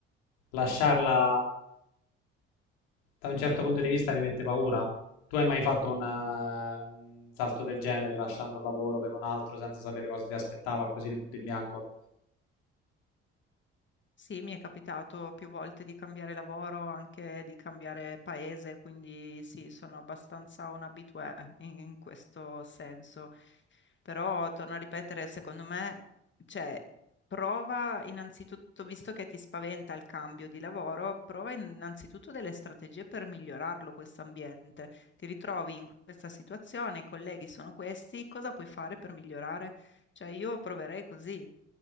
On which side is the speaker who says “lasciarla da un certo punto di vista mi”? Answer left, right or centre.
Left